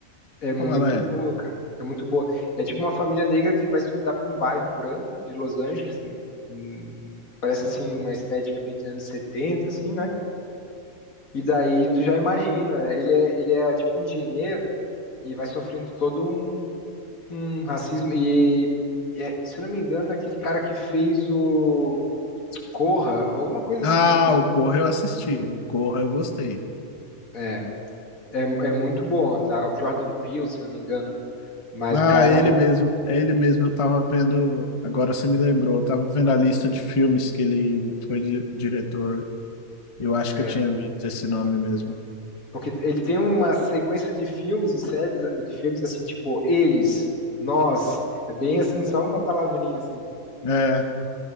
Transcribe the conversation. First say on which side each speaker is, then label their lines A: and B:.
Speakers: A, on the left (about 70°); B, on the left (about 25°).
A: É muito
B: como ela é.
A: boa, cara. É muito boa. É tipo uma família negra que vai se mudar para um bairro branco de Los Angeles. hum, hum, Parece assim uma estética meio dos anos 70 assim, né? E daí tu já imagina, né? ele é, ele é tipo engenheiro e vai sofrendo todo um Um racismo. E, é, se eu não me engano, é aquele cara que fez o Corra, alguma coisa
B: Ah,
A: assim. Mas
B: o Corra eu assisti, o Corra eu gostei.
A: é, é, é muito bom, tá? O Jordan Peele, se eu não me engano. Mas
B: Ah,
A: o cara.
B: é ele mesmo, é ele mesmo. Eu tava vendo, agora você me lembrou, eu tava vendo a lista de filmes que ele foi di- diretor. Eu acho
A: é,
B: que eu tinha visto esse nome mesmo.
A: porque ele tem uma sequência de filmes e séries, eh, de filmes assim, tipo, eles, nós. É bem assim, só uma palavrinha, assim.
B: É,